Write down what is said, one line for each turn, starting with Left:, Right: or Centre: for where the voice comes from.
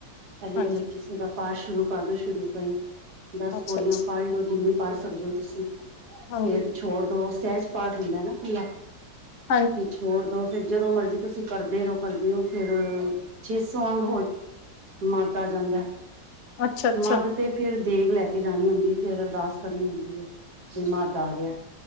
Right: ਪਹਿਲੇ
Left: ਹਾਂਜੀ
Right: ਜਪ ਜੀ ਸਾਹਿਬ ਦਾ ਪਾਠ ਸ਼ੁਰੂ ਕਰਦੋ ਸ਼ੁਰੂ ਤੋਂ ਹੀ ਦਸ
Left: ਅੱਛਾ
Right: ਪੌੜੀਆਂ
Left: ਅੱਛਾ
Right: ਪੜ੍ਹ ਲਓ ਜਿੰਨੀ ਪੜ੍ਹ ਸਕਦੇ ਹੋ ਤੁਸੀਂ
Left: ਹਾਂਜੀ
Right: ਫੇਰ ਛੋੜ ਦੋ ਸਹਿਜ ਪਾਠ ਹੁੰਦਾ ਨਾ ਖੁੱਲਾ
Left: ਹਮ
Right: ਵੀ ਛੋੜ ਦੋ ਫੇਰ ਜਦੋਂ ਮਰਜੀ ਤੁਸੀਂ ਕਰਦੇ ਰਹੋ ਕਰਦੇ ਹੋ ਫੇਿਰ ਛੇ ਸੌ ਅੰਗ ਮੱਧ ਆ ਜਾਂਦਾ
Left: ਅੱਛਾ ਅੱਛਾ
Right: ਮੱਧ ਤੇ ਫੇਿਰ ਦੇਗ ਲੈ ਕੇ ਜਾਣੀ ਹੁੰਦੀ ਫਰ ਅਰਦਾਸ ਕਰਨੀ ਹੁੰਦੀ ਹੈ ਜੇ ਮਦ ਆ ਗਿਆ